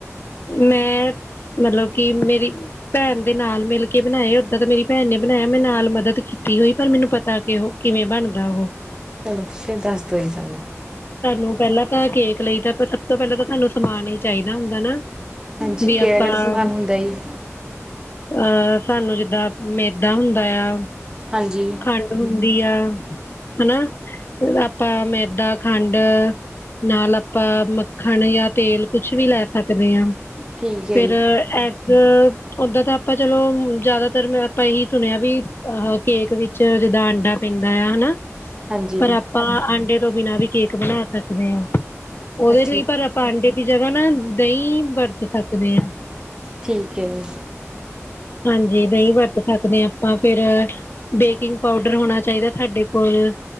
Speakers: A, on the left; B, on the right.
A: ਮੈਂ ਮਤਲਬ ਕਿ ਮੇਰੀ ਭੈਣ ਦੇ ਨਾਲ ਮਿਲ ਕੇ ਬਣਾਏ। ਓਦਾਂ ਤਾਂ ਮੇਰੀ ਭੈਣ ਨੇ ਬਣਾਇਆ। ਮੈਂ ਨਾਲ ਮਦਦ ਕੀਤੀ ਹੋਈ। ਪਰ ਮੈਨੂੰ ਪਤਾ ਕਿ ਉਹ ਕਿਵੇਂ ਬਣਦਾ ਉਹ।
B: ਚਲੋ ਫਿਰ ਦੱਸਦੋ ਏ ਸਾਨੂੰ।
A: ਸਾਨੂੰ ਪਹਿਲਾਂ ਤਾਂ ਕੇਕ ਲਈ ਤਾਂ ਸਭ ਤੋਂ ਪਹਿਲਾਂ ਤਾਂ ਸਾਨੂੰ ਸਮਾਨ ਹੀ ਚਾਹੀਦਾ ਹੁੰਦਾ ਨਾ।
B: ਹਾਂਜੀ,
A: ਵੀ
B: ਕਿਹੜਾ
A: ਆਪਾਂ
B: ਕਿਹੜਾ ਸਮਾਨ ਹੁੰਦਾ ਜੀ।
A: ਅਹ ਸਾਨੂੰ ਜਿੱਦਾਂ ਮੇਦਾ ਹੁੰਦਾ ਆ।
B: ਹਾਂਜੀ
A: ਖੰਡ ਹੁੰਦੀ ਆ। ਹਨਾ। ਆਪਾਂ ਮੈਦਾ ਖੰਡ ਨਾਲ ਆਪਾਂ ਮੱਖਣ ਜਾਂ ਤੇਲ ਕੁਛ ਵੀ ਲੈ ਸਕਦੇ ਹਾਂ।
B: ਠੀਕ ਹੈ
A: ਫੇਰ
B: ਜੀ
A: ਇੱਕ ਉਦਾਂ ਤਾਂ ਆਪਾਂ ਚਲੋ ਜਿਆਦਾਤਰ ਮੈਂ ਆਪਾਂ ਇਹੀ ਸੁਣਿਆ ਵੀ ਅ ਕੇਕ ਵਿੱਚ ਜਿੱਦਾਂ ਅੰਡਾ ਪੈਂਦਾ ਆ, ਹਨਾ।
B: ਹਾਂਜੀ
A: ਪਰ ਆਪਾਂ ਆਂਡੇ ਤੋਂ ਬਿਨਾਂ ਵੀ ਕੇਕ ਬਣਾ ਸਕਦੇ ਹਾਂ। ਉਹਦੇ
B: ਅੱਛਾ
A: ਲਈ ਪਰ ਆਪਾਂ ਆਂਡੇ ਜਗ੍ਹਾ ਨਾ ਦਹੀਂ ਵਰਤ ਸਕਦੇ ਆਂ।
B: ਠੀਕ ਹੈ ਜੀ।
A: ਹਾਂਜੀ। ਦਹੀਂ ਵਰਤ ਸਕਦੇ ਆ। ਆਪਾਂ ਫਿਰ ਬੇਕਿੰਗ ਪਾਊਡਰ ਹੋਣਾ ਚਾਹੀਦਾ ਸਾਡੇ ਕੋਲ।